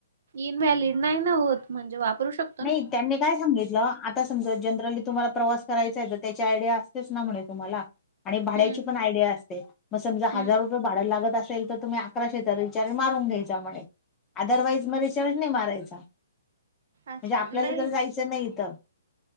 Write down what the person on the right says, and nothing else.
इन मॅलिड नाही ना होत म्हणजे वापरू शकत
हम्म
हम्म
अच्छा
नाही